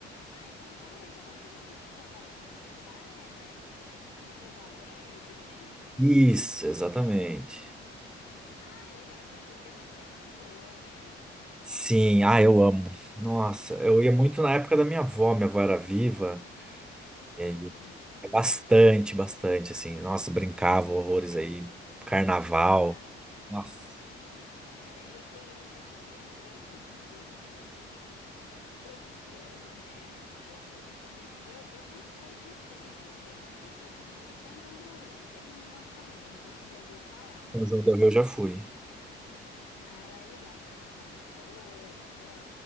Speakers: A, on the left; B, in the centre.
A: Ah, Itajubá é relativamente próximo. Itajubá é perto também de Pouso Alegre, né?
B: Isso, exatamente.
A: Ah, legal. Essa região aqui é muito boa, né?
B: Sim, ah, eu amo. Nossa, eu ia muito na época da minha avó, minha avó era viva. E aí,
A: Hum.
B: eu- é bastante, bastante, assim. Nossa, brincava horrores aí. Carnaval.
A: Ah,
B: Nossa,
A: é interior de Minas é bem, bem provinciano, né? Muito gostoso também. Eu, eu não sou de Extrema, na verdade. Eu sou de São João del Rei. É Minas também. Não sei se já ouviu falar.
B: São João do Rio eu já fui.
A: Ah, ela é legal, né? Cidade histórica,